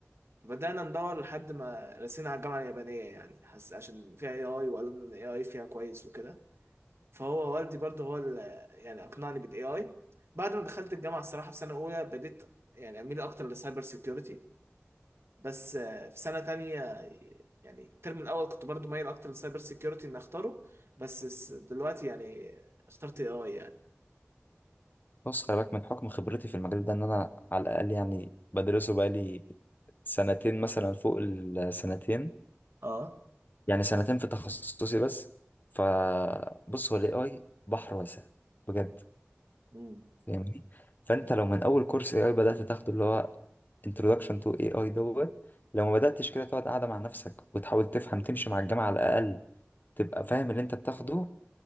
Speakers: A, on the right; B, on the left.
A: بدأنا ندور لحد ما رسينا على الجامعة اليابانية يعني حس عشان فيها اي اي وقالوا ان الاي اي فيها كويس وكده فهو والدي برضه هو اللي يعني اقنعني بالاي اي بعد ما دخلت الجامعه الصراحه في سنه اولى بديت يعني اميل اكتر للسايبر سيكيورتي بس آه، في سنه تانية يعني الترم الاول كنت برضه مايل اكتر للسايبر سيكيورتي اني اختاره بس الس- دلوقتي يعني اخترت اي اي يعني
B: بص خلي بالك من حكم خبرتي في المجال ده ان انا على الاقل يعني بدرسه بقالي سنتين مثلا فوق السنتين
A: اه
B: يعني سنتين في تخصصي بس فبص هو الاي اي بحر واسع بجد
A: مم.
B: فاهمني فانت لو من اول كورس اي اي بدات تاخده اللي هو introduction to AI دوت لو ما بداتش كده تقعد قاعده مع نفسك وتحاول تفهم تمشي مع الجامعه على الاقل تبقى فاهم اللي انت بتاخده